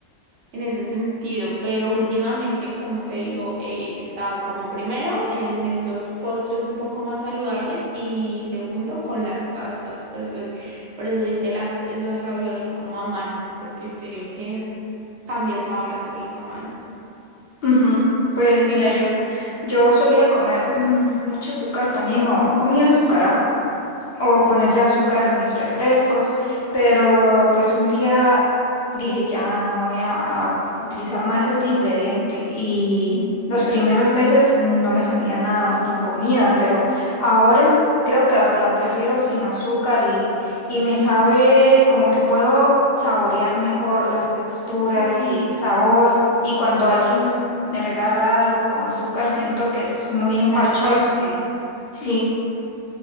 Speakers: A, on the right; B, on the left.
A: en ese sentido, pero últimamente, como te digo, eh, he estado como primero en estos postres un poco más saludables y segundo con las pastas. Por eso, por eso hice la- los raviolis como a mano, porque en serio que cambia el sabor hacerlos a mano.
B: Ujú, Pues mira,
A: Yo no
B: yo,
A: sé si-
B: yo solía comer mm, mucho azúcar también o comía azúcar ah,
A: ¿no?
B: o ponerle azúcar a mis refrescos, pero pues un día dije, ya no voy a, a utilizar más este ingrediente y las primeras veces no me sabía nada la comida, pero ahora creo que hasta la prefiero sin azúcar y, y me sabe como que puedo saborear mejor las texturas
A: Sí,
B: y sabor y cuando alguien me regala algo con azúcar siento que es muy
A: totalmente,
B: empachoso. Sí,